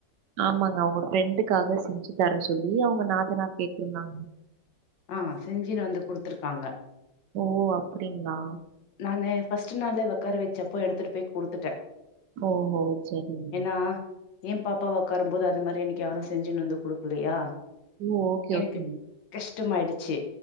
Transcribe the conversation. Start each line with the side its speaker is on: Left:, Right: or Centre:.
Right: ஆமாங்க அவுங்க ஃப்ரெண்டுக்காக செஞ்சு தர சொல்லி அவுங்க நாத்தனார் கேட்ருந்தாங்க
Left: ஆ செஞ்சினு வந்து குடுத்துர்காங்க
Right: ஓ அப்டிங்ளா
Left: நானு ஃபஸ்ட் நாளே ஒக்கார வச்சப்போ எடுத்துட்டு போய் குடுத்துட்ட
Right: ஓஹோ! சரிங்க.
Left: என்னா ஏ பாப்பாவக் ஒக்காரும்போது அது மாரி எனக் யாரு செஞ்சுன் வந்து குடுக்கலியா
Right: ஓ! ஓகே,
Left: எனக்கு
Right: ஓகேங்க.
Left: கஷ்டமாயிடுச்சு